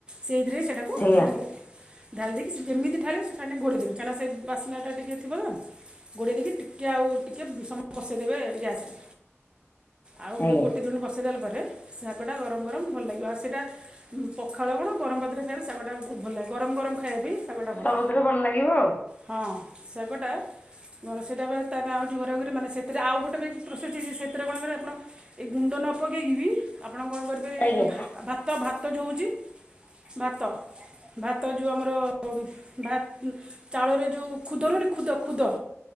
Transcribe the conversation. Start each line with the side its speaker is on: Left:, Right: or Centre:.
Right: ସେଇଥିରେ ସେଇଟାକୁ
Left: ଆଜ୍ଞା
Right: ଢାଳିଦବେ। ଢାଳି ଦେଇକି ସେ ଯେିତି ଢା ସେ ଫାେ ଗୋଳ ଦେେବେ କହିଁକନା ବାସ୍ନାଟା ଟିକ ଥିବ ତ ଗୋଡ଼େଇ ଦେଇକି ଟିକେ ଆଉ ଟିକେ ସମୟ ବସେଇଦେବେ ଗ୍ୟାସ୍ରେ। ଆଉ
Left: ଆଜ୍ଞା।
Right: ଦୁ ଗୋଟେ ଦୁଣ ବସେଇଦେଲା ପରେ ଶାଗଟା ଗରମ ଗରମ ଭଲ ଲାଗିବ ଆଉ ସେଇଟା ପଖାଳ କଣ? ଗରମପତିରେ ଖାଇବା ଶାଗଟା ବହୁତ ଭଲ ଲାଗେ ଗରମ ଗରମ ଖାଇବାବ ଶାଗଟା ଭଲ
Left: ସବୁଥିରେ ଲାଗିବ ଆଉ।
Right: ହଁ ଶାଗଟା ମ ସେଟା ତା ଆଉଝର ମାନେ ସେଥିରେ ଆଉ ଗୋଟେ ବି ପ୍ରୋସସେ ସେଥିରେ କଣ କରେ ଆପଣ ଏଇ ଗୁଣ୍ଡ ନ ପକେଇକି ବି ଆପଣ କଣ କରିପାରିବେ
Left: ଆଜ୍ଞା
Right: ଯେଉ ଭାତ ଭାତ ହୋଉଚି ଭାତ ଭାତ ଯେଉଁ ଆମର ଭ ଚାଉଳରେ ଯେଉଁ ଖୁଦ ରହୁନି ଖୁଦ ଖୁଦ